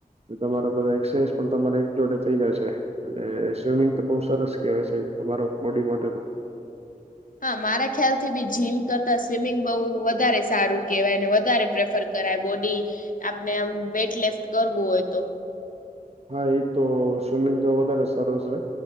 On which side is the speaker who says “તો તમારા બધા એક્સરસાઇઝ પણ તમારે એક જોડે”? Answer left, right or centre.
Right